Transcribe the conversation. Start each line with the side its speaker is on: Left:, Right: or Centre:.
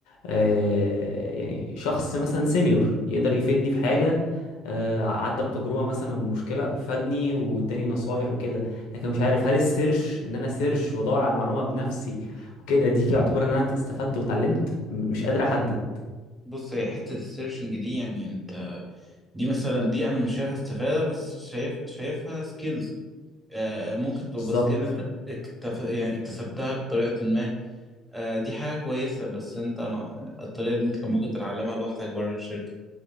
Left: آه يعني شخص مثلا سينيور يقدر يفيدني في حاجة
Centre: مم.
Left: آه عدى بتجربة مثلا أو بمشكلة فادني واداني نصايح وكده لكن مش عارف هل السيرش ان انا سيرش وادور على المعلومة بنفسي وكده دي يعتبر ان انا استفدت واتعلمت م- مش قادر احدد
Centre: بص هي حتة السيرشنج دي يعني انت دي مثلا دي انا مش شايفها استفادة بس شايف شايفها سكيلز آه ممكن تبقى
Left: بالظبط
Centre: سكيل انت اكتف... يعني اكتسبتها بطريقة ما آه دي حاجة كويسة بس انت انا الطريقة دي انت كان ممكن تتعلمها لوحدك بره الشركة